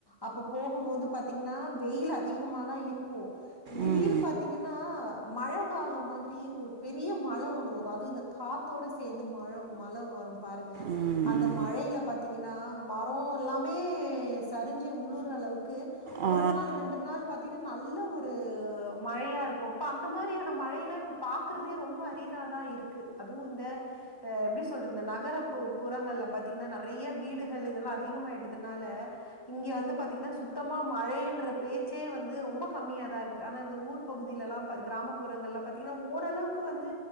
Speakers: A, on the left; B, on the right.
A: அப்ப போகும் போது பாத்தீங்கன்னா வெயில் அதிகமா தான் இருக் க்கோ திடீர்னு
B: ம்
A: பாத்தீங்கன்னா மழ காலம் மாதிரி ஒரு பெரிய மழ ஒன்னு வரும் அதுவும் இந்த காத்தோட சேர்ந்து மழவ் மழவு வரும் பாருங்க
B: ம்
A: அந்த மழையில பாத்தீங்கன்னா மரம் எல்லாமே சரிஞ்சு உளுர அளவுக்கு
B: ஆ
A: ஒரு நாள் ரெண்டு நாள் பாத்தீங்கன்னா நல் நல்ல ஒரு மழையா இருக்கும் இப்ப அந்த மாதிரியான மழையெல்லா இப்ப பாக்குறதே ரொம்ப அரிதாதான் இருக்கு அதுவும் இந்த ஹ எப்டி சொல்றது இந்த நகர புறங்கள்ல பாார்த்தீங்கன்னா நிறைய வீடுகள் இதெல்லா அதிகமாயிட்டதுனால இங்க வந்து பாத்தீங்கன்னா சுத்தமா மழைன்ற பேச்சே வந்து ரொம்பக் கம்மிய தான் இருக்கு ஆனா இந்த ஊர் பகுதியில எல்லா கிராமப்புறங்கள்லா பத்தீங்கன்னா ஓரளவுக்கு வந்து